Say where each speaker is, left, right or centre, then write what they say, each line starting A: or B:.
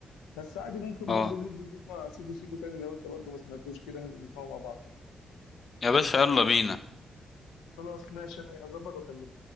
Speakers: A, on the left; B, on the left.
A: بس عادي ممكن
B: اه
A: برضو ننزل نسمع سيكو سيكو تاني لو انت برضو ما سمعتوش كده ننزل نسمعه مع بعض
B: يا باشا يلا بينا
A: خلاص ماشي انا اظبط واكلمك